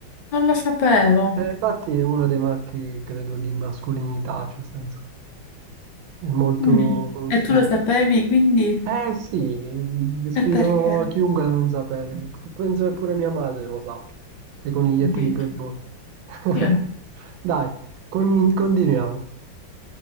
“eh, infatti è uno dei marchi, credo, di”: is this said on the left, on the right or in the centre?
Right